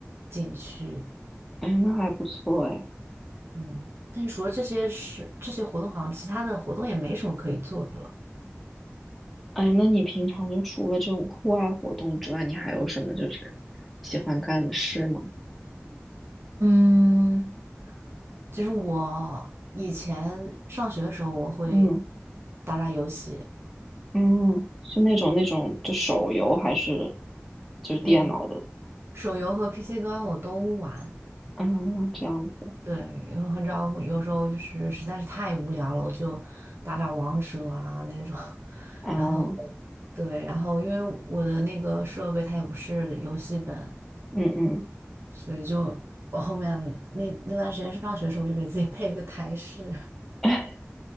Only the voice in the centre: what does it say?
哎，那还不错哎。
哎，那你平常就除了这种户外活动之外，你还有什么就是喜欢干的事吗？
嗯
嗯，是那种那种就手游还是就是电脑的
啊？这样子
啊，
嗯嗯
<laughs>